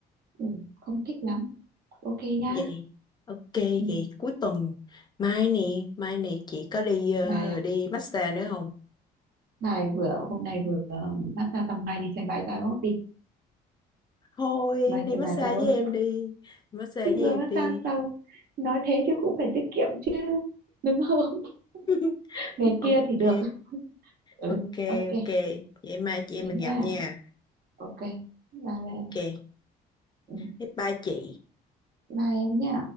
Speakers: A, on the right (about 65°); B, on the left (about 25°).
A: ừ, không thích lắm. Ok nhá.
B: vậy ok
A: Ừ,
B: vậy cuối tuần mai nè mai nè chị có đi ờ,
A: bài à?
B: đi massage nữa không
A: Bài vừa hôm nay vừa à, massage xong mai đi xem bài tarot đi.
B: thôi
A: Mai
B: đi
A: xem
B: massage
A: bài tarot
B: với em
A: trước.
B: đi massage
A: Chị
B: với
A: vừa
B: em
A: massage
B: đi
A: sau. Nói thế chứ cũng phải tiết kiệm chứ. Đúng không?
B: <laughs>
A: <laughs> Ngày
B: ok
A: kia thì được ừ
B: ok
A: ok
B: ok vậy mai chị em
A: thế
B: mình gặp
A: nha
B: nha
A: ok bye
B: ok
A: em ừ,
B: bye bye chị
A: bye em nha